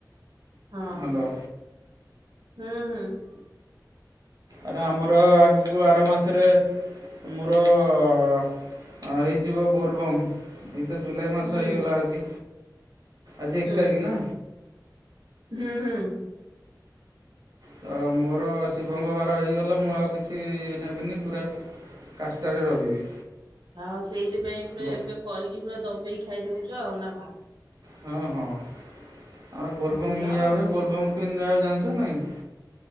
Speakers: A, on the right; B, on the right.
A: ହଁ-
B: ହ୍ୟାଲୋ
A: ହୁଁ- ହୁଁ।
B: ଆରେ ଆମର ଆଗକୁ ଆର ମାସରେ ମୋର ହଁ ହେଇଯିବ ବୋଲବମ୍। ଏଇ ତ ଜୁଲାଇ ମାସ
A: ହୁଁ
B: ହେଇଗଲା ଆଜି, ଆଜି ଏକ
A: ହୁଁ
B: ତାରିଖ ନା?
A: ହୁଁ- ହୁଁ।
B: ତ ମୋର ଶିବଙ୍କ ବାର ହେଇଗଲେ, ମୁଁ ଆଉ କିଛି ନେବିନି ପୁରା କାଷ୍ଟାରେ ରହିବି।
A: ହଁ ସେଇଥିପାଇଁ ପୁରା
B: ବ
A: ଏବେ କରିକି ପୁରା ଦବେଇକି ଖାଇଦଉଛ ଆଉ ନା କଣ?
B: ହଁ -ହଁ ଆମର ବୋଲବମ୍
A: ଭଲ
B: ନିଆ
A: ଆଉ
B: ହୁଏ।
A: କଣ
B: ବୋଲବମ୍ କେ ନିଆ ଜାଣିଛ ନା ନାଇଁ?